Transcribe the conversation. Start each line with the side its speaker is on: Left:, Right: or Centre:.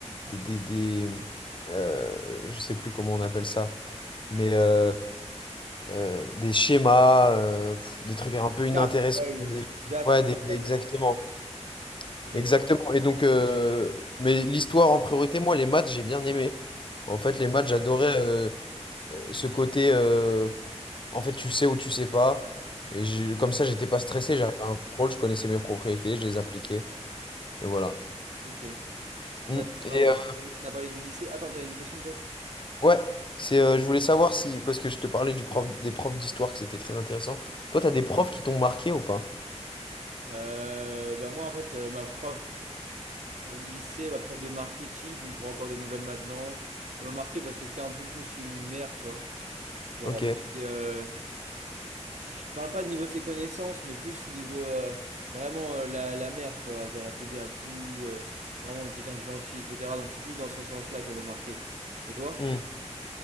Left: des... des, des euh, je sais plus comment on appelle ça, mais... euh, euh, des schémas, euh, pff, des trucs un peu inintéressants.
Right: Carte, ouais, euh,
Left: des-
Right: date,
Left: Ouais, des- des-
Right: date.
Left: exactement.
Right: Ok.
Left: Exactement. Et donc, euh, mais l'histoire en priorité, moi, les maths, j'ai bien aimé. En fait, les maths, j'adorais euh, euh, ce côté, euh, en fait, tu sais ou tu sais pas. Et j'ai- comme ça, j'étais pas stressé, j'arrivais à un contrôle, je connaissais mes propriétés, je les appliquais. Et voilà.
Right: Ok. Et
Left: Mm.
Right: maintenant,
Left: Et
Right: bah, on a,
Left: euh,
Right: on a parlé du lycée. Attends, t'as une question peut-être?
Left: ouais, c'est, euh, je voulais savoir si, parce que je te parlais du prof, des profs d'histoire, que c'était très intéressant. Toi, tu as des profs qui t'ont marqué ou pas?
Right: Euh, bah moi, en fait, euh, ma prof au lycée, ma prof de marketing, qui me prend encore des nouvelles maintenant, elle m'a marqué parce que c'était un peu plus une mère, tu vois. Genre,
Left: Ok.
Right: elle était, euh, je te parle pas de niveau de ses connaissances, mais plus niveau euh, vraiment euh, la, la mère, tu vois. Genre, elle t'aidait à tout, euh, vraiment quelqu'un de gentil, etc. Donc, c'est plus dans ce sens-là qu'elle m'a marqué. Et toi?
Left: Mmh.